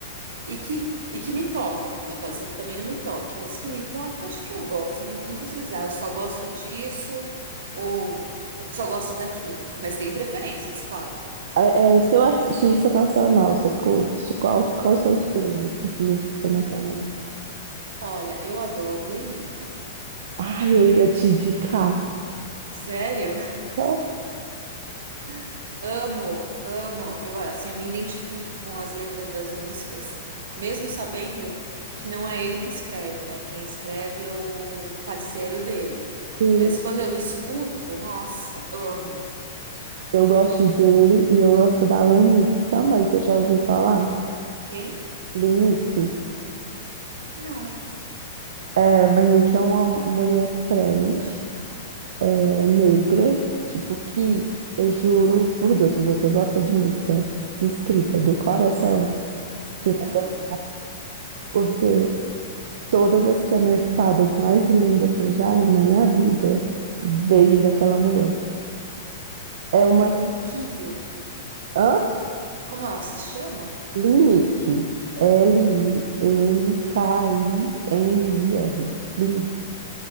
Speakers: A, on the right (about 70°); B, on the right (about 55°).
A: E que, e que me toca, porque né, pode ser que também não me toque, mas que me toca, eu acho que eu gosto. Eu não, eu não consigo dizer, ah, eu só gosto disso ou só gosto daquilo. Mas tem preferências, claro.
B: É, é, seu artista nacional, você curte? Qual, qual o seu estilo de artista nacional?
A: Olha, eu adoro Lenine.
B: Ai, eu ia te indicar.
A: Sério?
B: Só
A: <laughs> Amo, amo. Eu, assim, eu me identifico com as letras das músicas, mesmo sabendo que não é ele que escreve, né? Quem escreve é o parceiro dele.
B: que
A: Mas quando eu escuto, nossa, amo.
B: Eu gosto dele e eu gosto da Lenique também. Você já ouviu falar?
A: Quem?
B: Lenique?
A: Não.
B: É, Lanik é uma mulher trans, é, negra, tipo, que eu juro por Deus, se você gosta de música escrita do coração,
A: Uhum,
B: você vai gostar,
A: eu-
B: porque todas as canetadas mais lindas que eu já li na minha vida veio daquela mulher. É uma.
A: Leni Kid.
B: Hã?
A: Como ela se chama?
B: Linick. L-I-N-K-I-N-I-R. Linick.